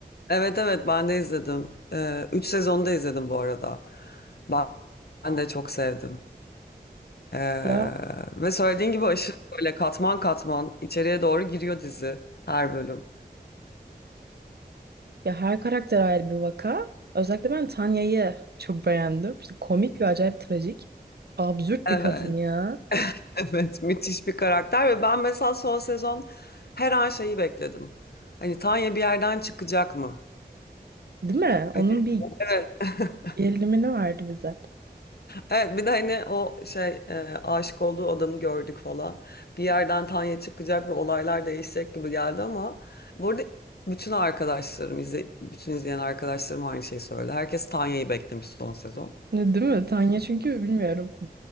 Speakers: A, on the left; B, on the right.
A: evet evet, ben de izledim. Ee, üç sezonda izledim bu arada. Ben, ben de çok sevdim. Ee,
B: Ya
A: ve söylediğin gibi aşırı böyle katman katman içeriye doğru giriyor dizi her bölüm.
B: Ya her karakter ayrı bir vaka. Özellikle ben Tanya'yı çok beğendim. İşte komik ve acayip trajik. Absürt
A: Evet
B: bir kadın ya.
A: <laughs> evet müthiş bir karakter ve ben mesela son sezon her an şeyi bekledim. Hani Tanya bir yerden çıkacak mı?
B: Değil mi?
A: Hani,
B: Onun bir
A: evet. <laughs>
B: gerilimini verdi bize.
A: Evet bir de hani o şey e, aşık olduğu adamı gördük falan. Bir yerden Tanya çıkacak ve olaylar değişecek gibi geldi ama bu arada bütün arkadaşlarım izle, bütün izleyen arkadaşlarım aynı şeyi söyledi. Herkes Tanya'yı beklemiş son sezon.
B: Ne, Değil mi? Tanya çünkü bilmiyorum.